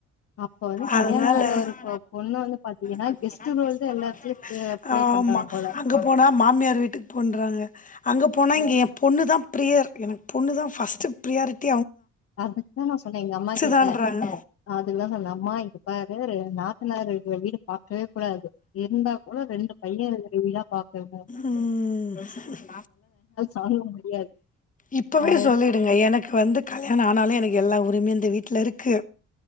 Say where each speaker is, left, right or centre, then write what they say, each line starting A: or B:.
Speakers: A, on the left; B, on the left.
A: அப்ப வந்து கல்யாணோ
B: அதனால
A: ஆற ஒரு
B: <unintelligible>
A: பொண்ணு வந்து
B: பாத்தீங்கன்னா
A: கெஸ்ட் ரோல்
B: டிஸ்டபன்ஸ்
A: தா எல்லா எடத்துலயு பிளே
B: ஆமா
A: பண்றாங்க போல
B: அங்க போனா மாமியார் வீட்டுக்கு போண்றாங்க அங்க போனா இங்க என் பொண்ணு தான் பிரியர் எனக்கு பொண்ணு தான் பஸ்ட் பிரியாரிட்டி
A: அதுக்குதான் நான் சொன்னேன் எங்க அம்மா கிட்ட
B: தான்றாங்க
A: அதுக்கு தான் சொன்னேன் அம்மா இங்க பாரு நாத்தனறு இருக்கர வீடு பாக்கவே கூடாது இருந்தா கூட ரெண்டு பையன் இருகற வீடா பாக்குனும்
B: ம் <unintelligible>
A: தாங்க முடியாது
B: இப்பவே
A: அப்டின்
B: சொல்லிடுங்க எனக்கு வந்து கல்யாணம் ஆனாலும் எனக்கு எல்லா உரிமையும் இந்த வீட்டில் இருக்கு